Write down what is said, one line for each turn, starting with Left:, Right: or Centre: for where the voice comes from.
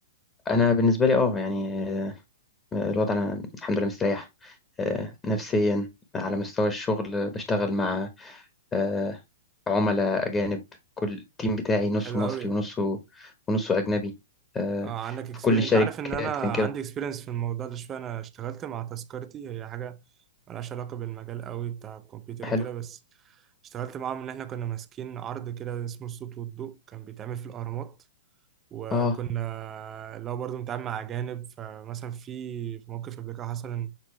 Left: أنا بالنسبة لي أه يعني آه، الوضع أنا الحمد لله مستريح آه، نفسيا على مستوى الشغل بشتغل مع آه، عملاء أجانب كل التيم بتاعي
Right: طب
Left: نصه
Right: حلو
Left: مصري
Right: قوي
Left: ونصه ونصه أجنبي آه،
Right: اه عندك اكسبيرينس
Left: في كل الشركات
Right: انت عارف ان انا
Left: كان
Right: عندي
Left: كده
Right: اكسبيرينس في الموضوع ده شويه انا اشتغلت مع تذكرتي هي حاجه ملهاش علاقه بالمجال قوي بتاع الكمبيوتر
Left: حلو
Right: وكده بس اشتغلت معاهم ان احنا كنا ماسكين عرض كده اسمه الصوت والضوء كان بيتعمل في الاهرامات وكنا
Left: اه
Right: لو برضو بنتعامل مع أجانب فمثلا في في موقف قبل كده حصل إن